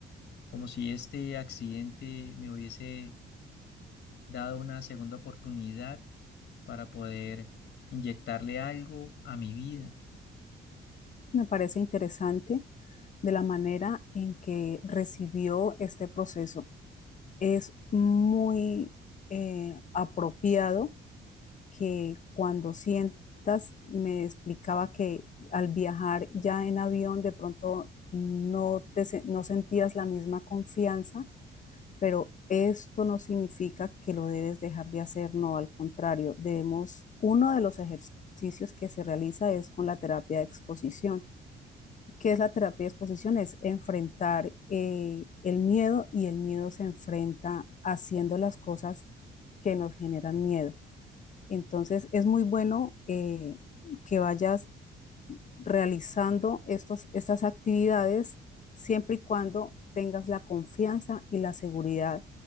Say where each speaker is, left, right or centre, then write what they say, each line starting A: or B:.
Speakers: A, on the left (about 55°); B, on the left (about 40°).
A: como si este accidente me hubiese dado una segunda oportunidad para poder inyectarle algo a mi vida.
B: Me parece interesante de la manera en que recibió este proceso. Es muy eh, apropiado que cuando sientas, me explicaba que al viajar ya en avión de pronto no, te, no sentías la misma confianza, pero esto no significa que lo debes dejar de hacer, no, al contrario, debemos, uno de los ejercicios que se realiza es con la terapia de exposición. ¿Qué es la terapia de exposición? Es enfrentar eh, el miedo y el miedo se enfrenta haciendo las cosas que nos generan miedo. Entonces es muy bueno eh, que vayas realizando estos, estas actividades siempre y cuando tengas la confianza y la seguridad